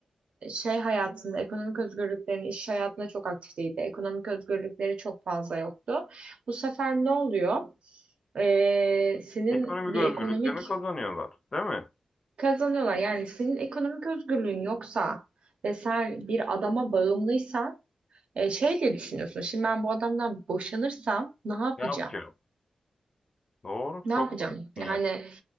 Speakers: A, on the right; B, on the left.
A: şey hayatında, ekonomik özgürlüklerin iş hayatında çok aktif değildi. Ekonomik özgürlükleri çok fazla yoktu. Bu sefer ne oluyor? Ee, senin
B: Ekonomik
A: bir
B: özgürlüklerini
A: ekonomik
B: kazanıyorlar, değil mi?
A: kazanıyorlar. Yani senin ekonomik özgürlüğün yoksa ve sen bir adama bağımlıysan e, şey diye düşünüyorsun. Şimdi ben bu adamdan boşanırsam ne yapacağım?
B: Ne yapacağım? Doğru,
A: Ne
B: çok
A: yapacağım?
B: haklısın
A: Yani
B: ya.